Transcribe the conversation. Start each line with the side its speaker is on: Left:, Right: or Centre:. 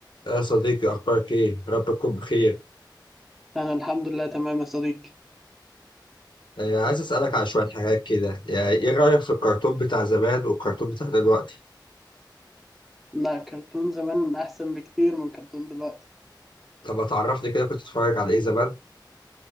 Left: يا صديقي أخبارك إيه؟ رب تكون بخير،
Centre: أنا الحمد لله تمام يا صديقي
Left: آه، عايز أسألك على شوية حاجات كده، يعني إيه رأيك في الكرتون بتاع زمان والكرتون بتاع دلوقتي؟
Centre: لا كرتون زمان أحسن بكتير من كرتون دلوقتي
Left: طب ما تعرفني كده كنت بتتفرج على إيه زمان؟